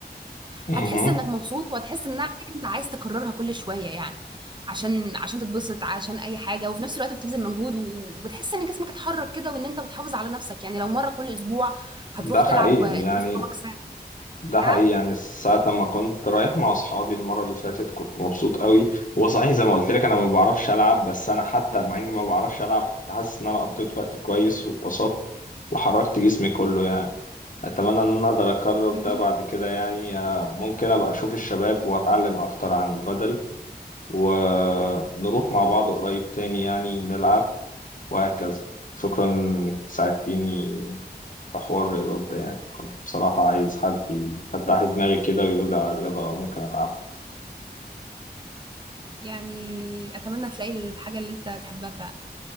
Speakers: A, on the left; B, on the right.
A: مهم.
B: هتحس انك مبسوط وهتحس انها حاجة انت عايز تكررها كل شوية يعني عشان عشان تتبسط عشان اي حاجة وفي نفس الوقت بتبذل مجهود و- وبتحس ان جسمك اتحرك كده وان انت بتحافظ على نفسك يعني لو مرة كل اسبوع هتروح
A: ده حقيقي
B: تلعب انت
A: يعني
B: واصحابك
A: ده
B: ساعة
A: حقيقي يعني ساعة ما كنت رايح مع أصحابي المرة اللي فاتت كنت مبسوط قوي هو صحيح زي ما قلت لك أنا ما بعرفش ألعب بس أنا حتى مع إني ما بعرفش ألعب كنت حاسس إن أنا قضيت وقت كويس واتبسطت وحركت جسمي كله يعني أتمنى إن أنا أقدر أكرر
B: مهم.
A: ده بعد كده يعني آه، ممكن أبقى أشوف الشباب وأتعلم أكتر عن البدل ونروح مع بعض قريب تاني يعني نلعب وهكذا شكرا إنك ساعدتيني في حوار الرياضات ده يعني كنت بصراحة عايز حد يفتح لي دماغي كده ويقول لي على رياضة ممكن ألعبها
B: يعني أتمنى تلاقي الحاجة اللي أنت تحبها فعلا